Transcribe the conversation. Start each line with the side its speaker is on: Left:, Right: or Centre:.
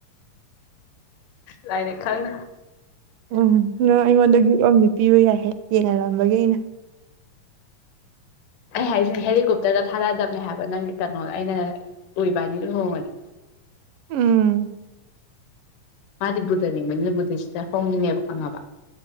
Left: ꯂꯥꯏꯔꯦꯛ ꯈꯪ
Right: ꯎꯝ ꯅꫭ ꯑꯩꯉꯣꯟꯗ ꯒꯤꯕ ꯑꯝꯗꯤ ꯄꯤꯕ ꯌꯥꯏꯍꯦ ꯌꯦꯡꯍꯜꯂꯝꯕꯒꯤ ꯑꯩꯅ
Left: ꯑꯩ ꯍꯥꯏꯁꯦ ꯍꯦꯂꯤꯀꯣꯞꯇꯔꯗ ꯊꯥꯔꯛꯑꯗꯕꯅꯦ ꯍꯥꯏꯕ ꯅꯪꯒꯤ ꯀꯩꯅꯣꯗ ꯑꯩꯅ ꯎꯏ ꯏꯕꯥꯅꯤ ꯂꯨꯍꫭꯡꯉꯗꯤ
Right: ꯎꯝ
Left: ꯃꯥꯗꯤ ꯕꯨꯙꯅꯤꯡꯕꯅꯤꯅ ꯕꯨꯙꯁꯤꯗ ꯍꯣꯡꯗꫭꯏꯅꯦꯕ ꯈꯪꯉꯕ